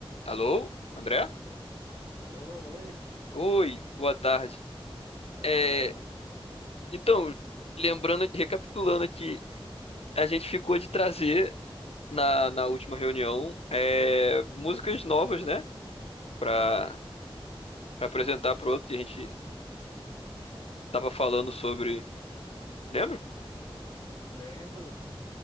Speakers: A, on the left (about 85°); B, on the left (about 35°).
A: Alô, André?
B: Alô, oi,
A: Oi, boa tarde.
B: boa
A: É,
B: tarde.
A: então, lembrando, recapitulando aqui, a gente ficou de trazer na, na última reunião é, músicas novas, né? Pra, pra apresentar pro outro que a gente tava falando sobre. Lembra?
B: Lembro,